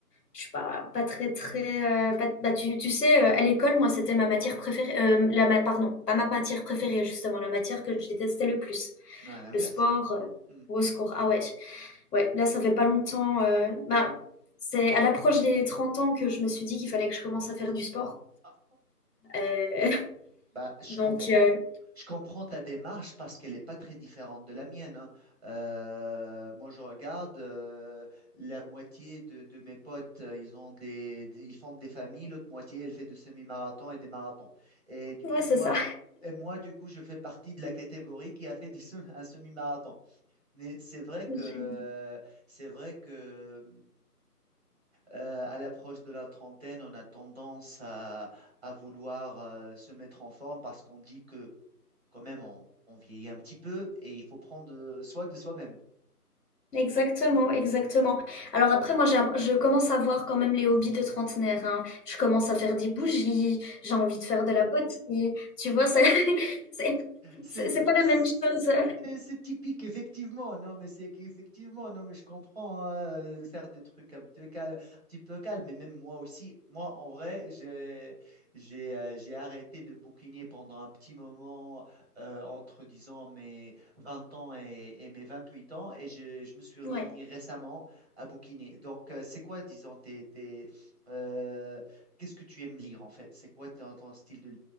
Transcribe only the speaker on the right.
Non, à l'inverse,
quoi.
Hmm.
Ah,
Bah, je
comprends.
Je comprends ta démarche parce qu'elle n'est pas très différente de la mienne. hein. Euh, moi, je regarde euh, la moitié de, de mes potes, euh, ils ont des, des- ils font des familles, l'autre moitié, elle fait des semi-marathons et des marathons. Et du
coup,
moi,
et moi, du coup, je fais partie de la catégorie qui a fait des sem- un semi-marathon. Mais c'est vrai que,
euh, c'est vrai que Euh, à l'approche de la trentaine, on a tendance à, à vouloir euh, se mettre en forme parce qu'on dit que quand même on, on vieillit un petit peu et il faut prendre euh, soin de soi-même. <laughs>
C'est,
c'est
c'est typique, effectivement. Non, mais c'est qu'effectivement, non, mais je comprends hein, de faire des trucs un petit peu calme, un petit peu calme. Mais même moi aussi, moi, en vrai, j'ai, j'ai, euh, j'ai arrêté de bouquiner pendant un petit moment, euh, entre, disons, mes 20 ans et, et mes 28 ans. Et je, je me suis remis
récemment à bouquiner. Donc, euh, c'est quoi, disons, tes, tes, euh, qu'est-ce que tu aimes lire, en fait? C'est quoi ton, ton style de,